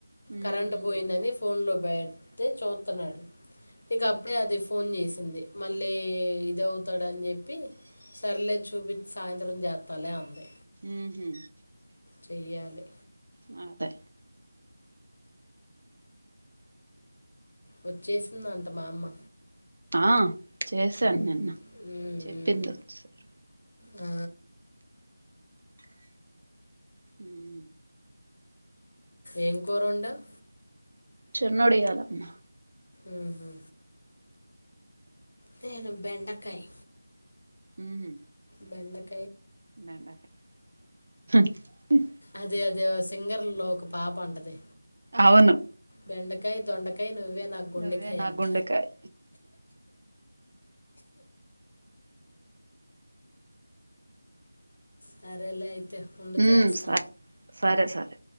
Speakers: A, on the right; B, on the left.
A: హ్మ్
B: కరెంట్
A: హ్మ్
B: పోయిందని ఫోన్ లో ప్ బెడ్తే చూతున్నాడు ఇక అప్పుడే అదే ఫోన్ చేసింది. మళ్ళీ ఇదవుతాడన్ జెప్పి. సర్లే చూపించ్ సాయంత్రం జెతలే అంది.
A: ఉహ్ హు
B: చెయ్యాలి
A: నాదే
B: వచ్చేసిందన్ట మా అమ్మ
A: ఆ చేశాన్
B: ఉమ్,
A: నిన్న
B: ఉమ్,
A: చెప్పింది
B: ఉమ్.
A: వచ్సారూ
B: ఆ
A: హ్మ్
B: ఏం కూరోండావ్
A: చెన్నోడియాలమ్మా
B: ఉహ్ హు తేను బెండకాయ్
A: ఉహ్ హు
B: బెండక్
A: బెండకాయ్ ఉహు ప
B: అదే అదే ఓ సింగర్ లో ఒక పాప అంటది.
A: అవును
B: బెండకాయ్, దొండకాయ్ నువ్వే నా గుండెకాయ్
A: నువ్వే నా
B: అంట.
A: గుండెకాయ్
B: సరేలా అయితే ఉండు
A: హ్మ్
B: చేస్తా
A: సరే సరే సరే